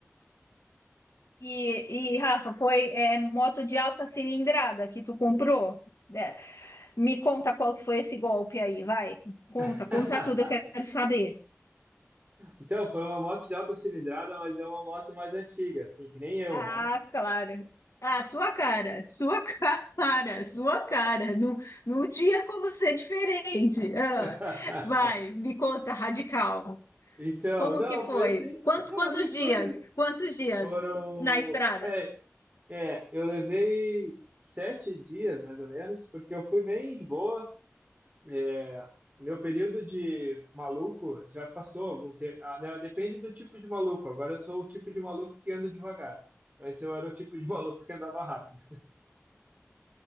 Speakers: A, on the left (about 75°); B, on the right (about 35°).
A: E, e, Rafa, foi é, moto de alta cilindrada que tu comprou? É, me conta qual que foi esse golpe aí, vai. Conta,
B: <laughs>
A: conta tudo, eu quero saber.
B: Então, foi uma moto de alta cilindrada, mas é uma moto mais antiga, assim, que nem eu,
A: Ah,
B: né?
A: claro. Ah, sua cara, sua <laughs> cara, sua cara. Não, não tinha como ser diferente. Ah,
B: <laughs>
A: vai, me conta, radical.
B: Então,
A: Como
B: não,
A: que foi?
B: foi assim.
A: Quanto,
B: Não,
A: quantos
B: mas nem foi.
A: dias? Quantos dias
B: Foram.
A: na estrada?
B: É, é, eu levei sete dias, mais ou menos, porque eu fui bem de boa. É, o meu período de maluco já passou algum tempo. Ah, né, depende do tipo de maluco. Agora eu sou o tipo de maluco que anda devagar. Antes eu era o tipo de maluco que andava rápido.